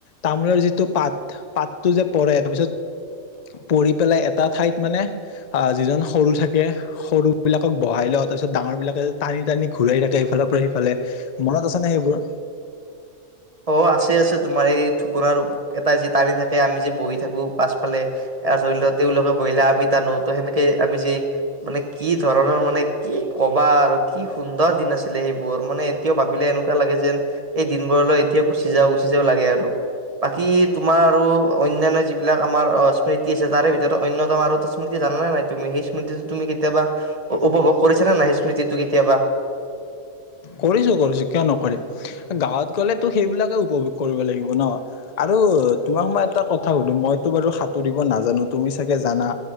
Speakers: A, on the left; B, on the right.
A: তামোলৰ যিটো পাত, পাতটো যে পৰে তাৰপিছত, পৰি পেলাই এটা ঠাইত মানে আহ যিজন সৰু থাকে, সৰু বিলাকক বহাই লওঁ তাৰ পিছত ডাঙৰ বিলাকে টানি টানি ঘূৰাই থাকে ইফালৰ পৰা সিফালে, মনত আছে ন সেইবোৰ।
B: অ আছে আছে তোমাৰ এই ঢুকৰাৰ ওপ এটা যিটানি থাকে, আমি যে বহি থাকো, পাছফালে, ধৰি লও তেওঁলোকে বহিলে আমি টানো ত সেনেকে আমি যে মানে কি ধৰণৰ মানে কি কবা আৰু কি সুন্দৰ দিন আছিলে সেইবোৰ মানে এতিয়াও ভাবিলে এনেকুৱা লাগে যেন সেই দিনবোৰলৈ এতিয়া গুচি যাও গুচি যাও লাগে আৰু, বাকী তোমাৰ আৰু অনান্য যিবিলাক আমাৰ স্মৃতি আছে তাৰে ভিতৰত অন্য এটা আৰু স্মৃতি জানানে নাই, তুমি সেই স্মৃতিটো তুমি কেতিয়াবা উপভোগ কৰিছা নে নাই সেই স্মৃতিটো কেতিয়াবা।
A: কৰিছো কৰিছো, কিয় নকৰিম, গাঁৱত গলে তো সেইবিলাকে উপভোগ কৰিব লাগিব ন, আৰু তোমাক মই এটা কথা সুধো মইতো বাৰু সাঁতুৰিব নাজানো তুমি চাগে জানা,